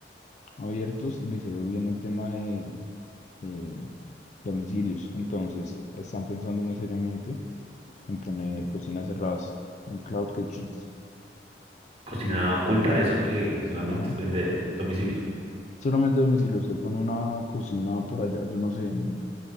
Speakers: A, on the left; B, on the right.
A: abiertos y les ha ido bien el tema de, de domicilios. Entonces, eh, están pensando muy seriamente en poner cocinas cerradas, en cloud kitchens.
B: Cocina oculta, eso que solamente
A: Ajá.
B: es vender domicilio.
A: Solamente domicilio. Usted pone una cocina por allá, yo no sé, en,